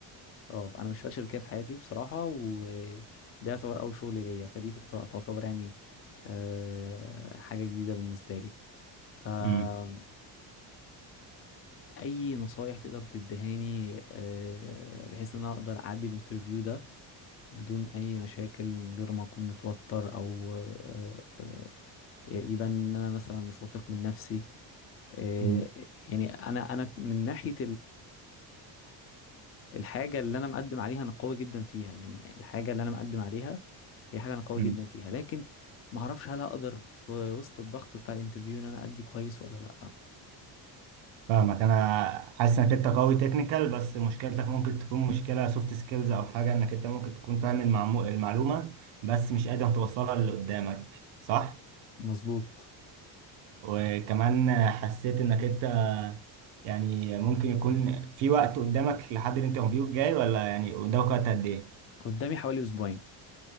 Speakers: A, on the left; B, on the right.
A: اه انا ما اشتغلتش شركه في حياتي بصراحه وده يعتبر اول شغل ليا فدي تعت- تعتبر يعني آه، حاجه جديده بالنسبه لي فعاوز
B: امم
A: اي نصايح تقدر تدهاني آه، بحيث ان انا اقدر اعدي الانترفيو ده بدون اي مشاكل من غير ما اكون متوتر او آه، آه، يبان ان انا مثلا مش واثق من نفسي آه،
B: أمم،
A: يعني انا انا من ناحيه الحاجة اللي أنا مقدم عليها أنا قوي جدا فيها يعني الحاجة اللي أنا مقدم عليها هي حاجة أنا قوي
B: أمم.
A: جدا فيها لكن ما أعرفش هل أقدر في وسط الضغط بتاع الانترفيو إن أنا أدي كويس ولا لأ
B: فاهمك انا حاسس انك انت قوي تكنيكال بس مشكلتك ممكن تكون مشكله سوفت سكيلز او حاجه انك انت ممكن تكون فاهم المعمو... المعلومه بس مش قادر توصلها للي قدامك صح
A: مظبوط
B: وكمان حسيت انك انت يعني ممكن يكون في وقت قدامك لحد الانترفيو الجاي ولا يعني قدامك وقت قد ايه
A: قدامي حوالي أسبوعين